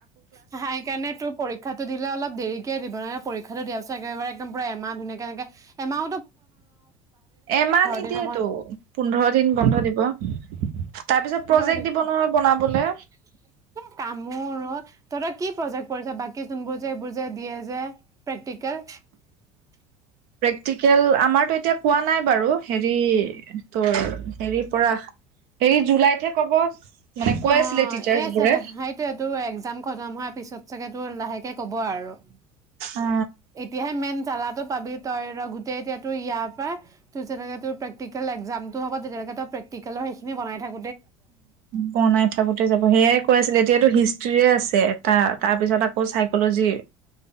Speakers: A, on the right (about 20°); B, on the right (about 60°).
A: হ সেইকাৰণে তোৰ পৰীক্ষাতো দিলে অলপ দেৰিকে দিব নহে পৰীক্ষা দিয়া পাছত। একেবাৰে একদম পৰা এমাহ ধুনীয়া কে এনেকে এমাহ
B: এমাহ নিদিয়েতো
A: দিনে বন্ধ
B: পোন্ধৰ দিন বন্ধ দিব তাৰ পিছত প্ৰজেক্ট
A: বৰ দিগদাৰ
B: দিব নহয় বনাবলে
A: কামোৰ অ কি প্ৰজেক্ট কৰিছ বাকী যোনবোৰ যে এইবোৰ যে দিয়ে যে প্ৰক <unintelligible>
B: টিকেল আমাৰতো এতিয়া কোৱা নাই বাৰু, হেৰি তোৰ হেৰি পৰা হেৰি, জুলাইতহে ক'ব মানে কৈ
A: অ
B: আছিলে টিচাৰ্চ
A: এই চাগে
B: বোৰে
A: সেইটোৱেতো এক্জাম খতম হোৱাৰ পিছত চাগে তোৰ লাহেকে কব আৰু
B: অ
A: এতিয়াহে মেইন জালাটো পাবি তই ৰ গোটেই এতিয়া তোৰ ইয়াৰ পৰা তোৰ যেনেকে তোৰ প্ৰেকটিকেল এক্জামতো হব তেতিয়ালৈকে তই প্ৰেক্টিকেলৰ সেইখিনি বনাই থাক
B: বনাই থাকোতে যাব, সেয়াই কৈ আছিলে এতিয়াতো হিষ্ট্ৰীয়ে আছে এটা, তাৰ পিছত আকৌ ছাইক'লজি